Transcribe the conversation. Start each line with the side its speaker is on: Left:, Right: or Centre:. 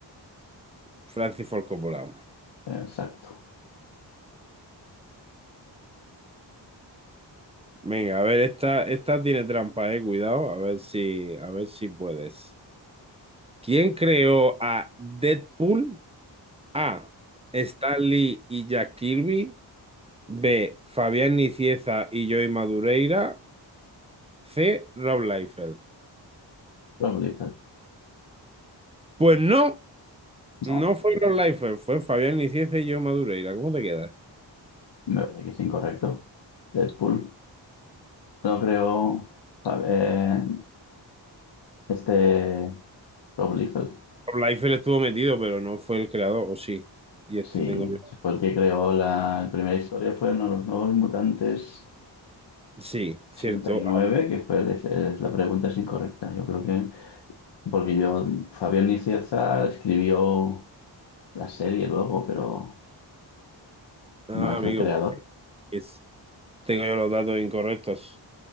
Right: Francis Ford Coppola.
Left: Exacto.
Right: Venga, a ver, esta, esta tiene trampa, eh. Cuidado, a ver si, a ver si puedes. ¿Quién creó a Deadpool? A. Stan Lee y Jack Kirby. B. Fabián Nicieza y Joey Madureira. C. Rob Liefeld.
Left: Prolifer.
Right: Pues no, no
Left: No,
Right: fue Rob Liefeld, fue Fabián Nicieza y yo Madureira. ¿Cómo te quedas?
Left: me parece que es incorrecto. Deadpool. No creo. Fa- eh, este. Rob Liefeld.
Right: Rob Liefeld estuvo metido, pero no fue el creador, o sí. Y este
Left: Sí,
Right: tengo yo.
Left: fue el que creó la, la primera historia. Fueron los nuevos mutantes.
Right: Sí, cierto.
Left: ochenta y nueve que fue es- es- la pregunta es incorrecta. Yo creo que, porque yo, Fabián Nicieza escribió la serie luego, pero
Right: Ah,
Left: no es
Right: amigo,
Left: el creador.
Right: pues, es- tengo yo los datos incorrectos.